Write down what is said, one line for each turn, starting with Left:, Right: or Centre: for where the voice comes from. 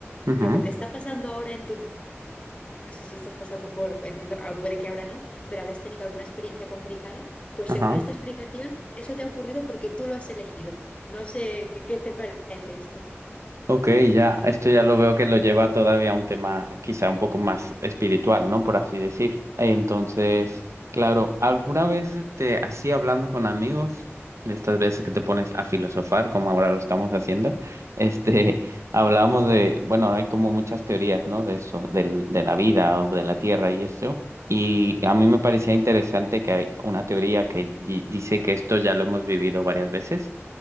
Right: ujú,
Left: lo que te está pasando ahora en tu no sé si estás pasando por, entiendo, ah, puede que ahora no, pero habrás tenido alguna experiencia complicada. Pues
Right: ajá,
Left: según esta explicación, eso te ha ocurrido porque tú lo has elegido. No sé qué, qué te parece esto.
Right: Ok, ya, esto ya lo veo que lo lleva todavía a un tema quizá un poco más espiritual, ¿no? Por así decir. Entonces,
Left: Ujú,
Right: claro, ¿alguna vez te así hablando con amigos, de estas veces que te pones a filosofar, como ahora lo estamos haciendo, <laughs> este, hablamos de, bueno, hay como muchas teorías, ¿no? De eso, del, de la vida o de la tierra y esto. Y a mí me parecía interesante que hay una teoría que di- dice que esto ya lo hemos vivido varias veces